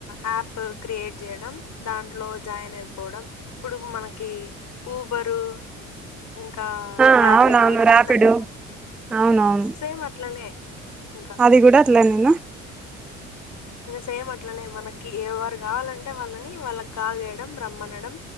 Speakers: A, on the left; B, in the centre.
A: యాప్ క్రియేట్ చేయడం, దాంట్లో జాయిన్ అయిపోవడం ఇప్పుడు మనకి ఊబరు ఇంకా
B: ఆ
A: ర్యాపిడో
B: అవునవును
A: ఇట్లున్నయి
B: రాపిడో
A: కదా
B: అవునవును
A: సేమ్ అట్లనే ఇంక
B: ఇది కూడా అట్లనేనా
A: ఇంగా సేమ్ అట్లనే మనకి ఏవరు కావాలంటే వాళ్ళని వాళ్ళకి కాల్ చేయడం రమ్మనడం